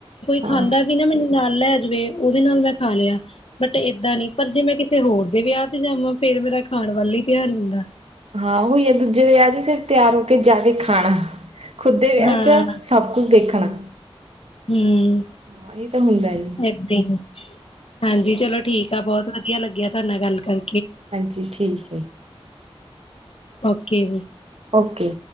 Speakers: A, on the left (about 65°); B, on the right (about 80°).
A: ਖਾਂਦਾ
B: ਹਾਂ
A: ਵੀ ਨਾ ਮੈਨੂੰ ਨਾਲ ਲੈ ਜਵੇ ਓਦੇ ਨਾਲ ਮੈਂ ਖਾ ਲਿਆ। ਬਟ ਏਦਾਂ ਨੀ ਪਰ ਜੇ ਮੈਂ ਕਿਤੇ ਹੋਰ ਜੇ ਵਿਆਹ ਤੇ ਜਾਵਾਂ ਫੇਰ ਮੇਰਾ ਖਾਣ ਵੱਲ ਈ ਧਿਆਨ ਹੁੰਦਾ।
B: ਹਾਂ ਓਹੀ ਆ ਦੂਜੇ ਦੇ ਵਿਆਹ ਜੇ ਸਿਰਫ ਤਿਆਰ ਹੋ ਕੇ ਜਾ ਕੇ ਖਾਣਾ। ਖੁਦ ਦੇ ਵਿਆਹ
A: ਹਾਂ
B: ਚ ਸਭ ਕੁਝ ਦੇਖਣਾ।
A: ਹੂੰ
B: ਹਾਂ ਇਹ ਤਾਂ ਹੁੰਦਾ ਹੀ
A: ਏਦਾਂ ਈ, ਹਾਂਜੀ ਚਲੋ ਠੀਕ ਆ ਬੋਤ ਵਧੀਆ ਲੱਗਿਆ ਤਾਡੇ ਨਾਲ ਗੱਲ ਕਰ
B: ਹਾਂਜੀ ਠੀਕ ਏ।
A: ਓਕੇ ਜੀ।
B: ਓਕੇ।